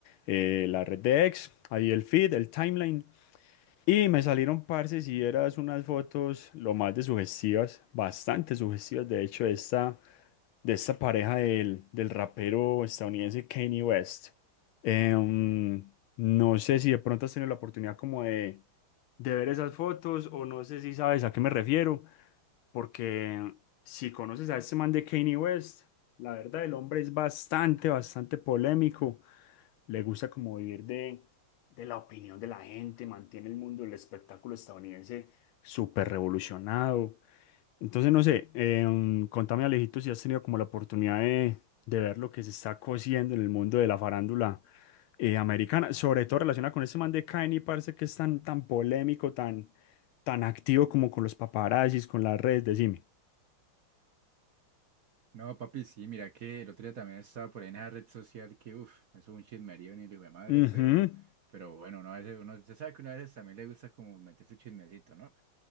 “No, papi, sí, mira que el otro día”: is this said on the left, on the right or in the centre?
Right